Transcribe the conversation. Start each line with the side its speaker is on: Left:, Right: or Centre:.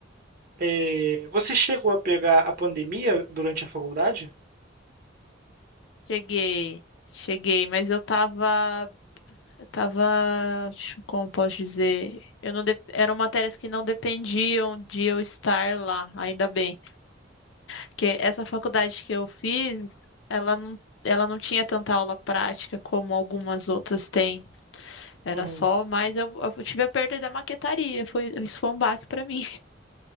Right: É, você chegou a pegar a pandemia durante a faculdade?
Left: cheguei, cheguei, mas eu tava, eu tava, como posso dizer, eu não, dep- eram matérias que não dependiam de eu estar lá, ainda bem. Porque essa faculdade que eu fiz, ela não, ela não tinha tanta aula prática como algumas outras têm. Era
Right: Uhum.
Left: só, mas eu, eu tive a perda da maquetaria. Foi, isso foi um baque para mim.